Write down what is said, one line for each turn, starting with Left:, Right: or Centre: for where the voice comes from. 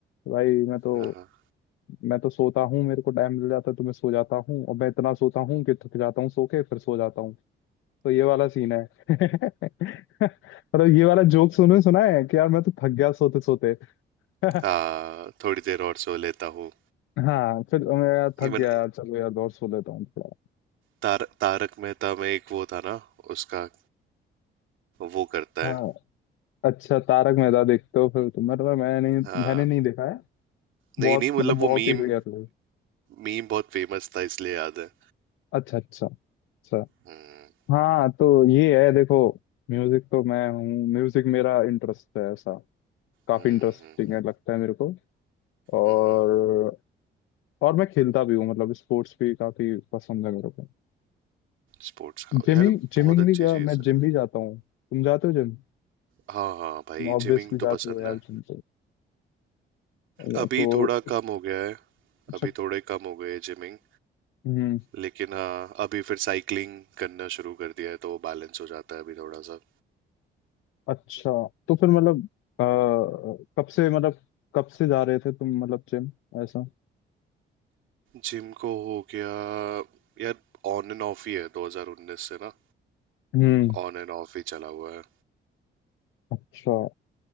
Left: भाई मैं तो
Right: हाँ हाँ।
Left: मैं तो सोता हूँ मेरे को टाइम मिल जाता है तो मैं सो जाता हूँ और मैं इतना सोता हूँ कि थक जाता हूँ सो के फिर सो जाता हूँ तो ये वाला सीन है <laughs> मतलब ये वाला जोक सुने सुना है कि यार मैं तो थक गया सोते सोते <laughs>
Right: हाँ थोड़ी देर और सो लेता हूँ
Left: हाँ फिर मैं यार थक
Right: इवन
Left: गया यार चलो यार और सो लेता हूँ थोड़ा
Right: तार, तारक मेहता में एक वो था ना उसका वो करता
Left: हाँ
Right: है
Left: अच्छा तारक मेहता देखते हो फिर तुम मतलब मैं नहीं
Right: हाँ
Left: मैंने नहीं देखा है
Right: नहीं
Left: बहुत
Right: नहीं मतलब
Left: मतलब बहुत
Right: वो मीम
Left: ही रेयर
Right: मीम बहुत फेमस था इसलिए याद है
Left: अच्छा अच्छा अच्छा
Right: हम्म
Left: हाँ तो ये है देखो म्यूजिक तो मैं हूँ म्यूजिक मेरा इंटरेस्ट है ऐसा काफी
Right: हम्म
Left: इंटरेस्टिंग है लगता है मेरे को और
Right: हम्म
Left: और मैं खेलता भी हूँ मतलब स्पोर्ट्स भी काफी पसंद है मेरे को
Right: स्पोर्ट्स का
Left: जिमिंग
Right: यार
Left: जिमिंग
Right: बहुत
Left: भी
Right: अच्छी
Left: का,
Right: चीज
Left: मैं जिम
Right: है
Left: भी जाता हूँ तुम जाते हो जिम
Right: हाँ हाँ भाई
Left: ऑब्वियसली
Right: जिमिंग
Left: जाते
Right: तो पसंद
Left: हो यार
Right: है
Left: जिम तो
Right: अभी थोड़ा
Left: तो
Right: कम हो गया है
Left: अच्छा
Right: अभी थोड़े कम हो गए है जिमिंग
Left: हम्म
Right: लेकिन हाँ अभी फिर साइकिलिंग करना शुरू कर दिया है तो वो बैलेंस हो जाता है अभी थोड़ा सा।
Left: अच्छा तो फिर मतलब अ, कब से मतलब कब से जा रहे थे तुम मतलब जिम ऐसा
Right: जिम को हो गया यार ऑन एंड ऑफ ही है 2019 से ना
Left: हम्म
Right: ऑन एंड ऑफ ही चला हुआ है
Left: अच्छा